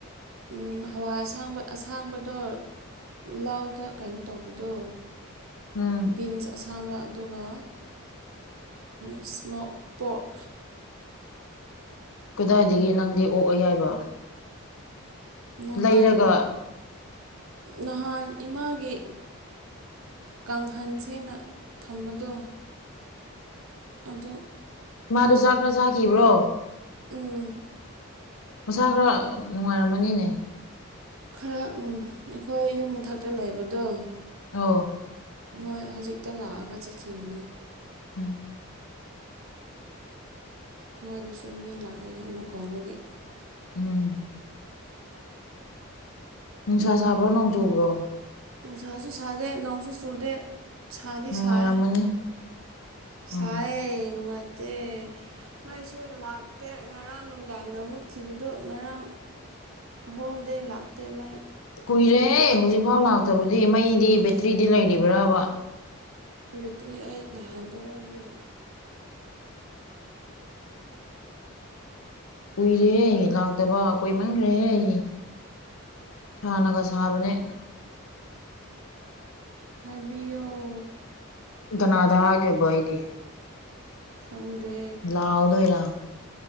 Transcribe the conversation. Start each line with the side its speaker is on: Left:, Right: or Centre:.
Right: ꯎ ꯍꯋꯥꯏ ꯑꯁꯥꯡꯕ ꯑꯁꯥꯡꯕꯗꯣ ꯂꯥꯎꯗ ꯀꯩꯅꯣ ꯇꯧꯕꯗꯣ
Left: ꯎꯝ
Right: ꯕꯤꯟꯁ ꯑꯁꯥꯡꯕ ꯑꯗꯨꯒ ꯏꯁꯃꯣꯛ ꯄꯣꯛ
Left: ꯀꯗꯥꯏꯗꯒꯤ ꯅꯪꯗꯤ ꯑꯣꯛꯑ ꯌꯥꯏꯕ
Right: ꯅꯍꯥꯟ
Left: ꯂꯩꯔꯒ
Right: ꯅꯍꯥꯟ ꯏꯃꯥꯒꯤ ꯀꯥꯡꯈꯟꯁꯤꯅ ꯊꯝꯕꯗꯣ ꯑꯗꯣ
Left: ꯏꯃꯥꯗꯨ ꯆꯥꯛ ꯈꯔ ꯆꯥꯈꯤꯕ꯭ꯔꯣ
Right: ꯎꯝ
Left: ꯃꯁꯥ ꯈꯔ ꯅꯨꯡꯉꯥꯏꯔꯝꯃꯅꯤꯅꯦ
Right: ꯈꯔ ꯎꯝ ꯑꯩꯈꯣꯏ ꯌꯨꯝ ꯃꯊꯛꯇ ꯂꯩꯕꯗꯣ
Left: ꯑ
Right: ꯃꯣꯏ ꯍꯧꯖꯤꯛꯇ ꯂꯥꯛꯑꯒ ꯆꯠꯈꯤꯕꯅꯦ
Left: ꯍꯣꯏ
Right: ꯃꯣꯏꯗꯁꯨ ꯃꯤ ꯂꯥꯛꯑꯦ ꯑꯃꯨꯛ ꯀꯧꯕꯒꯤ
Left: ꯎꯝ ꯅꯤꯡꯁꯋꯥ ꯁꯥꯕ꯭ꯔꯣ ꯅꯣꯡ ꯆꯨꯕ꯭ꯔꯣ
Right: ꯆ ꯁꯣ ꯁꯥꯂꯦ ꯅꯣꯡ ꯁꯣ ꯆꯣꯗꯦ ꯁꯗꯤ
Left: ꯅꯨꯡꯉꯥꯏꯔꯝꯃꯅꯤ
Right: ꯁꯥꯏ
Left: ꯎꯝ
Right: ꯁꯥꯏ ꯅꯨꯡꯉꯥꯏꯇ ꯃꯥꯏꯁꯨ ꯂꯥꯛꯇꯦ ꯉꯔꯥꯡ ꯅꯨꯡꯗꯥꯡꯅ ꯃꯨꯠꯈꯤꯕꯗꯨꯣ ꯉꯔꯥꯡ ꯍꯗ ꯂꯥꯛꯇ ꯃꯣꯏ
Left: ꯀꯨꯏꯔꯦ ꯍꯧꯖꯤꯛꯐꯥꯎ ꯂꯥꯛꯇꯕꯗꯤ ꯃꯩꯗꯤ ꯕꯦꯇ꯭ꯔꯤꯗꯤ ꯂꯩꯔꯤꯕ꯭ꯔꯕ
Right: ꯕꯕꯤꯦꯇ꯭ꯔꯤ ꯑꯩ ꯅꯍꯥꯟ ꯐ ꯋꯥ ꯂꯩ
Left: ꯀꯨꯏꯔꯦꯍꯦ ꯑꯩ ꯂꯥꯛꯇꯕ ꯀꯣꯏꯃꯟꯈ꯭ꯔꯦꯍꯦ ꯑꯩ ꯁꯥꯟꯅꯒ ꯁꯥꯕꯅꯦ
Right: ꯍꯥꯏꯕꯤ ꯑꯣ
Left: ꯅꯥꯗ ꯍꯥꯒꯕꯏꯒꯤ
Right: ꯈꯪꯗꯦ
Left: ꯂꯥꯎꯑꯣꯗꯣꯏꯔ